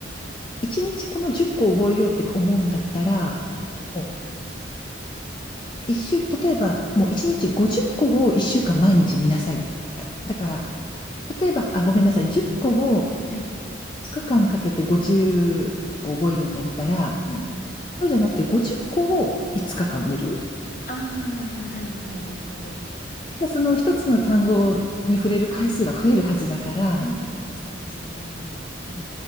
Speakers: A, on the left; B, on the left.
A: 一日この10個覚えようって思うんだったら、
B: うんうん。
A: もう一週、例えば、もう一日50個を一週間毎日見なさい。だだから、例えば、あ、ごめんなさい、10個を
B: はい。
A: 2日間かんかけて50個覚えるんだったら、
B: うんうん。
A: そうじゃなくて50個を5日間見る。
B: ああ、はいはい、なるほど。
A: だその一つの単語に触れる回数が増えるはずだから、
B: うんうん。そうですね。
A: うん